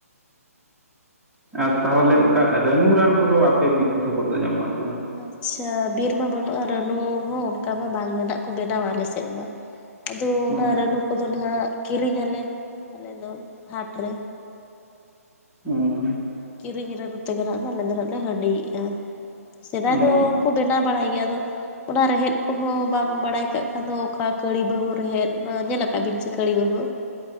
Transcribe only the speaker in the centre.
ᱟᱨ ᱛᱟᱦᱚᱞᱮ ᱚᱱᱠᱟ ᱨᱟᱱᱩ ᱨᱟᱱ ᱠᱚᱫᱚ ᱟᱯᱮ ᱵᱤᱫᱽᱫ ᱥᱚᱢᱯᱚᱨ ᱫᱚ ᱧᱟᱢᱚᱜ ᱟᱥᱮ ᱵᱟᱝ
ᱦᱚᱸ
ᱦᱩᱸ
ᱦᱚᱸ